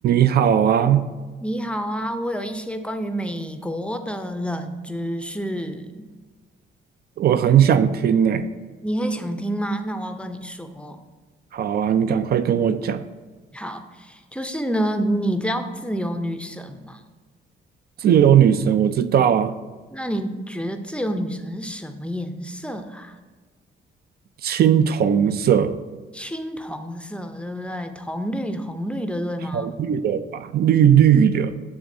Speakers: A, on the right; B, in the centre.
A: 你好啊，
B: 你好啊，我有一些关于美国的冷知识，
A: 我很想听呢。
B: 你很想听吗？那我要跟你说，
A: 好啊，你赶快跟我讲。
B: 好，就是呢，你知道自由女神吗？
A: 自由女神我知道啊，
B: 那你觉得自由女神是什么颜色啊？
A: 青铜色，
B: 青铜色，对不对？铜绿铜绿的，对吗？
A: 好绿的吧，绿绿的。